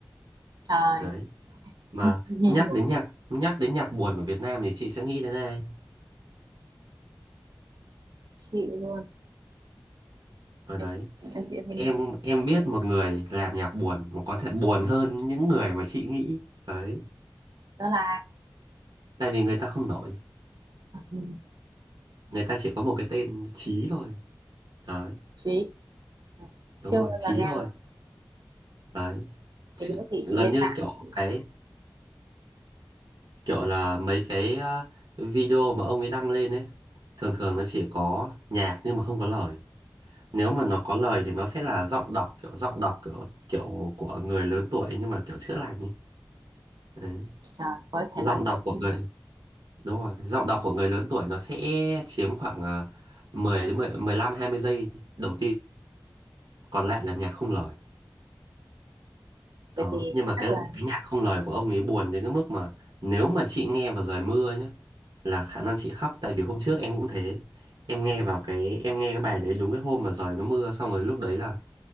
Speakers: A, on the right; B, on the right.
A: trời
B: đấy
A: <laughs>
B: mà
A: nhạc nhiều
B: nhắc đến nhạc nhắc đến nhạc buồn của Việt Nam thì chị sẽ nghĩ đến ai
A: chị luôn
B: ở
A: em
B: đấy
A: em chị hay
B: em
A: nghe
B: em biết một người làm nhạc buồn mà có thể buồn hơn những người mà chị nghĩ đấy
A: đó là
B: tại vì người ta không nổi
A: <laughs> ừ.
B: người ta chỉ có một cái tên Chí thôi đấy
A: chị Ờ,
B: đúng
A: chưa
B: rồi
A: bao
B: Chí
A: giờ nghe
B: thôi
A: luôn,
B: đấy chứ
A: thì nữa thì
B: gần
A: chị lên
B: như
A: mạng
B: kiểu
A: chị
B: cái kiểu là mấy cái ờ, video mà ông ấy đăng lên ấy thường thường nó chỉ có nhạc nhưng mà không có lời nếu mà nó có lời thì nó sẽ là giọng đọc kiểu giọng đọc kiểu kiểu của người lớn tuổi nhưng mà kiểu chữa lành ấy đấy.
A: search với
B: giọng
A: thể loại
B: đọc
A: đấy.
B: của
A: Ừ.
B: người đúng rồi giọng đọc của người lớn tuổi nó sẽ chiếm khoảng ờ, 10 đến mười, mười lăm hai mươi giây đầu tiên còn lại là nhạc không lời
A: Vậy
B: Đó,
A: thì
B: nhưng mà
A: chắc
B: cái
A: là
B: cái nhạc không lời của ông ấy buồn đến cái mức mà nếu mà chị nghe vào trời mưa nhá là khả năng chị khóc tại vì hôm trước em cũng thế. Em nghe vào cái em nghe cái bài đấy đúng cái hôm mà trời nó mưa xong rồi lúc đấy là